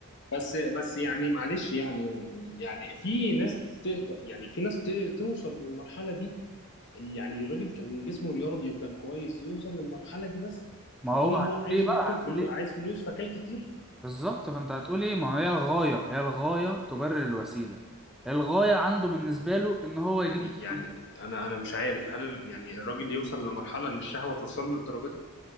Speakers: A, on the left; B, in the centre.
A: بس بس يعني معلش يعني يعني يعني في ناس تقدر يعني في ناس ت- توصل للمرحله دي يعني الراجل كان جسمه رياضي وكان كويس يوصل للمرحله دي بس
B: ما
A: يكون
B: هو هتقول
A: هو عايز
B: إيه بقى
A: بياكل
B: هتقول
A: فلوس
B: إيه
A: عايز فلوس فكل كتير
B: بالظبط فأنت هتقول إيه ما هي الغاية هي الغاية تبرر الوسيلة الغاية عنده بالنسبة له إن هو
A: يعني
B: يجيب الفلوس
A: يعني انا انا مش عارف هل ال- يعني الراجل يوصل لمرحله ان الشهوه توصل له للدرجه دي